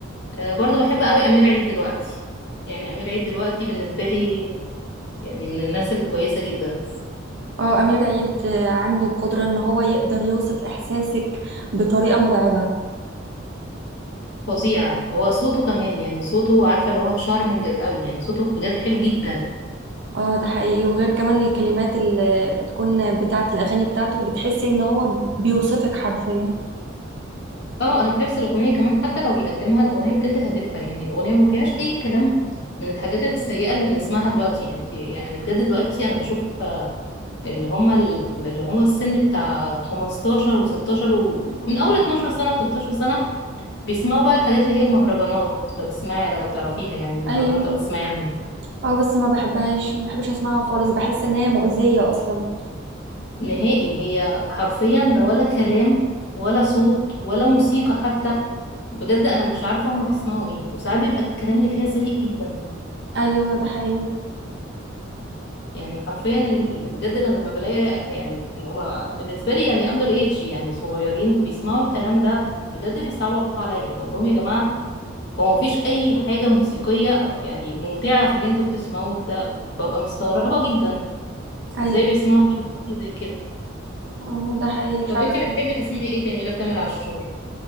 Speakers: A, on the left (about 60°); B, on the right (about 60°).
A: آه، برضو بحب قوي أمير عيد دلوقتي يعني أمير عيد دلوقتي بالنسبة لي يعني من الناس الكويسة جدا
B: اه أمير عيد آه، عنده قدرة ان هو يقدر يوصف إحساسك بطريقة مرعبة
A: فظيع هو صوته كمان يعني صوته عارفة اللي هو شارمنج قوي يعني صوته بجد حلو جدا
B: اه ده حقيقي وغير كمان الكلمات اللي بتكون بتاعة الأغاني بتاعته بتحسي ان هو بيوصفك حرفيا
A: اه انا بحب الأغنية كمان حتى لو بيقدمها الأغنية بجد هادفة يعني الأغنية ما فيهاش أي كلام من الحاجات السيئة اللي بنسمعها دلوقتي انت يعني بجد دلوقتي أنا بشوف آه، اللي هم ال- اللي هو السن بتاع 15 و16 ومن أول 12 سنة و13 سنة بيسمعوا بقى الحاجات اللي هي المهرجانات لو تسمعي لو تعرفيها يعني المهرجانات
B: ايوه
A: او تسمعي عنها
B: اه بس ما بحبهاش ما بحبش اسمعها خالص بحس ان هي مؤذية اصلا
A: نهائي هي حرفيا ده ولا كلام ولا صوت ولا موسيقى حتى بجد انا مش عارفه هما بيسمعوا ايه وساعات بيبقى الكلام اللي فيها سيء جدا
B: ايوه ده حقيقي
A: يعني حرفيا ال- بجد أنا لما بلاقي يعني هما بالنسبه لي يعني اندر ايدج يعني صغيرين وبيسمعوا الكلام ده بجد بيصعبوا عليا بقول لهم يا جماعه هو مفيش اي حاجه موسيقيه يعني ممتعه في اللي انتوا بتسمعوه ده ببقى مستغربه جدا
B: ايوه
A: ازاي بيسمعوا حاجة زي كده
B: آه، ده حقيقي فعلا
A: طب انت بتحبي تسمعي ايه تاني غير تامر عاشور